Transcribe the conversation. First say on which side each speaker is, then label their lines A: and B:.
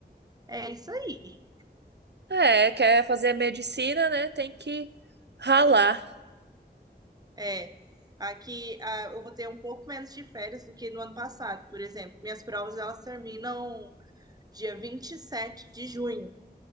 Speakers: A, on the right; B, on the right.
A: é isso aí.
B: É, quer fazer medicina, né? Tem que ralar.
A: É, aqui ah, eu vou ter um pouco menos de férias do que no ano passado, por exemplo. Minhas provas elas terminam dia 27 de junho.